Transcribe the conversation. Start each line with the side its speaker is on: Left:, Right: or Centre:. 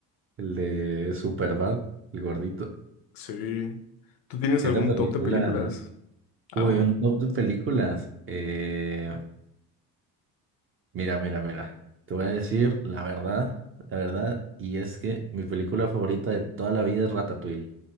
Right: el de Superbad, el gordito.
Left: Sí. ¿Tú tienes
Right: Esa
Left: algún
Right: película,
Left: top de películas? Ah,
Right: uy,
Left: bueno.
Right: un top de películas. Eh, Mira, mira, mira. Te voy a decir la verdad, la verdad, y es que mi película favorita de toda la vida es Ratatouille.